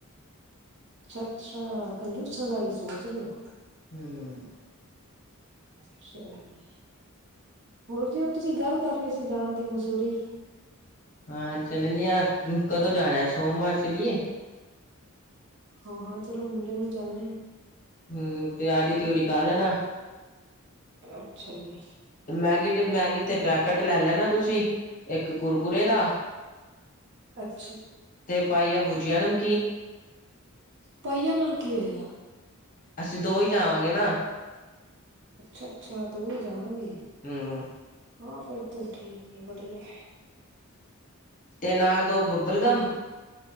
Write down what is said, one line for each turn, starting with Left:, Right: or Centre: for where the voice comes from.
Right: ਅੱਛਾ ਅੱਛਾ ਕੰਜੂਸਾਂ ਦਾ ਵੀ ਸੋਚ ਰਹੇ ਹੋ।
Left: ਹੂ,,,
Right: ਅੱਛਾ ਜੀ ਹੋਰ ਜੇ ਉਹ ਤੁਸੀਂ ਗੱਲ ਕਰ ਰਹੇ ਸੀ ਜਾਨ ਦੀ ਮਸੂਰੀ
Left: ਹਾਂ ਚੱਲਣੇ ਹਾਂ ਕਦੋਂ ਜਾਣਾ ਸੋਮਵਾਰ ਚਲੀਏ।
Right: ਹਾਂ ਹਾਂ ਚਲੋ ਮੰਡੇ ਨੂੰ ਚੱਲਦੇ
Left: ਹੂ ਤੇ ਤਿਆਰੀ ਤਿਓਰੀ ਕਰ ਲੈਣਾ।
Right: ਅੱਛਾ ਜੀ।
Left: ਤੇ ਮੈਗੀ ਤੇ ਮੈਗੀ ਤੇ ਪੈਕੇਟ ਲੈ ਲੈਣਾ ਤੁਸੀਂ। ਇੱਕ ਕੁਰਕਰੇ ਦਾ
Right: ਅੱਛਾ।
Left: ਤੇ ਪਾਈ ਆ ਬੁਜੀਆ ਨੂੰ
Right: ਪਾਈਆ ਨਾਲ ਕੀ ਹੋਏਗਾ
Left: ਅਸੀਂ ਦੋ ਹੀ ਜਾਵਾਂਗੇ ਨਾ।
Right: ਅੱਛਾ ਅੱਛਾ ਦੋਵੇਂ ਜਾਵਾਂਗੇ।
Left: ਹੂੰ।
Right: ਹਾਂ ਫਿਰ ਤੇ ਠੀਕ ਹੈ ਬੜੀਆ।
Left: ਤੇ ਨਾਲ ਦੋ ਬੱਬਲ ਗਮ,